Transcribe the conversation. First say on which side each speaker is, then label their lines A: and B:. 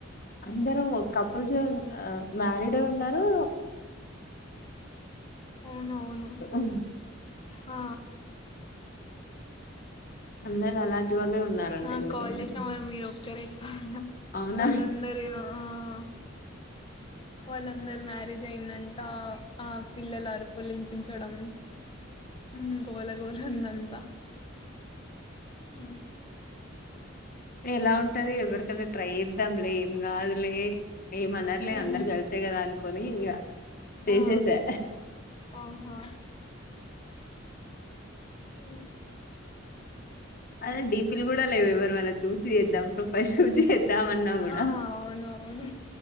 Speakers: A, on the left; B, on the left.
A: అందరం ఓ కపుల్సేన్ ఆ మ్యారీడే ఉన్నరు
B: అవును అవును
A: ఉ
B: ఆ
A: అందరు అలాంటి వాళ్ళే ఉన్నారంట
B: నాకు
A: ఇందులో
B: కాల్
A: మరి
B: చేసిన వాళ్ళు మీరొక్కరే చాలా.
A: అవునాహ్
B: వాళ్ళందరూ ఆ! ఆ! వాళ్ళందరు మ్యారేజ్ అయిందంట ఆ పిల్లల అరుపులిని పించడం ఉ గోలగోల ఉందంతా ఉ
A: ఎలా ఉంటది ఎవరికన్నా ట్రై చేద్దాంలే ఏం కాదులే ఏమనరులే
B: ఉమ్,
A: అందరు కలిసే కదా అనుకొని ఇగ చేేసేసా
B: ఆ ఆహా ఉ
A: అదే డీపీలు కూడా లేవ్ ఎవరువన్న చూసి చేద్దాం ప్రొఫైల్స్ చూసి చేద్దామన్నా కూడా
B: ఆ అవును అవును